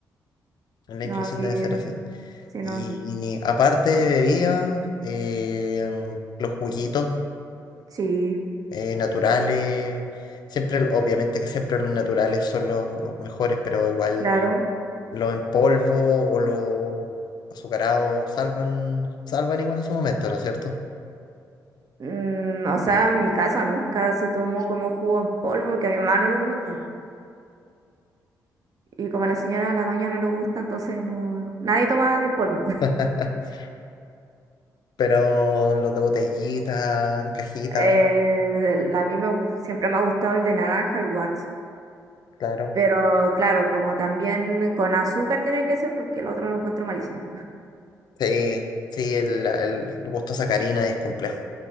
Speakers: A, on the left (about 60°); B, on the right (about 50°).
A: La
B: No,
A: inflación
B: sí,
A: debe ser así.
B: sí, no,
A: Y aparte de bebidas, eh, los juguitos
B: sí,
A: eh, naturales, siempre, obviamente que siempre los naturales son los mejores, pero igual
B: claro.
A: los en polvo o los azucarados salvan, salvan igual en su momento, ¿no es cierto?
B: Mm, o sea, en mi casa nunca se tomó como jugo en polvo, porque a mi mamá no le gusta. Y como a la señora, a la doña no le gusta, entonces no, nadie toma de polvo.
A: <laughs> Pero los de botellita, en cajita,
B: Eh, el- a mí me, gu- siempre me ha gustado el de naranja, el Watts.
A: claro.
B: Pero claro, como también con azúcar tiene que ser porque el otro lo encuentro malísimo.
A: Sí, sí, el, el gusto sacarina es complejo.